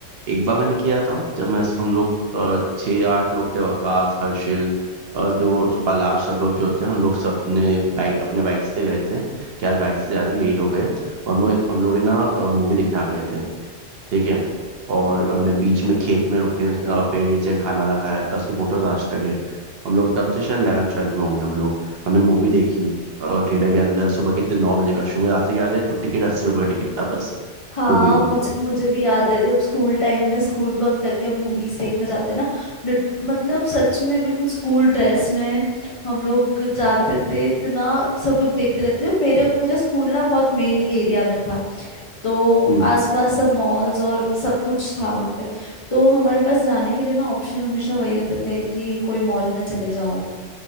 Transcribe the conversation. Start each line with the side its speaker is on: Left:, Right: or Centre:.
Right: एक बार मैंने किया था जब मैं हम लोग अ, छः आठ लोग थे वकास हर्षिल और जो पलाश सब लोग जो थे हम लोग सब अपने बाइक अपने बाइक से गए थे क्या बाइक से जा रहे लेट हो गए और हम लोग हम लोग है ना मूवी देखने आ गए थे ठीक है और हमने बीच में खेत में रुक के अ, पेड़ के नीचे खाना ना खाया था उसकी फोटोज आज तक है हम लोग तब से शायद 11 ट्वेल्थ में होंगे हम लोग हमने मूवी देखी थिएटर के अंदर सुबह कितने नौ बजे का शो मुझे आज तक याद है तो टिकट अस्सी रुपये का टिकट था बस
Left: हाँ
Right: मूवी का
Left: मुझे मुझे भी याद है जब स्कूल टाइम में स्कूल बंक करके हम मूवीज देखने जाते ना लिट- मतलब सच में बिल्कुल स्कूल ड्रेस में हम लोग जाते थे इतना सब लोग देखते रहते थे मेरे मेरा स्कूल ना बहुत मेन एरिया में था तो
Right: हम्म
Left: आसपास सब मॉल्स और सब कुछ था वहाँ पे तो हमारे पास जाने के लिए ना ऑप्शन हमेशा वही होते थे कि कोई मॉल में चले जाओ